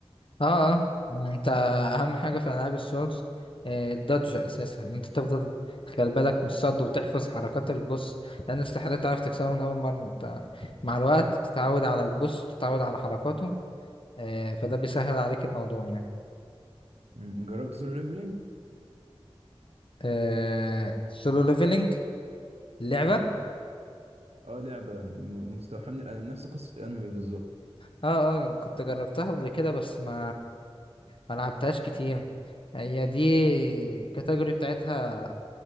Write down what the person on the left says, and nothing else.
اه اه انت اهم حاجة في العاب السولز آه، الدodge اساسا انت تفضل تخلي بالك من الصد وتحفظ حركات البوس لان استحالة تعرف تكسبه من اول مرة انت مع الوقت تتعود على البوس تتعود على حركاته آه، فده بيسهل عليك الموضوع يعني
آه، سولو ليفلنج اللعبة
اه اه كنت جربتها قبل كده بس ما ما لعبتهاش كتير هي دي الكاتيجوري بتاعتها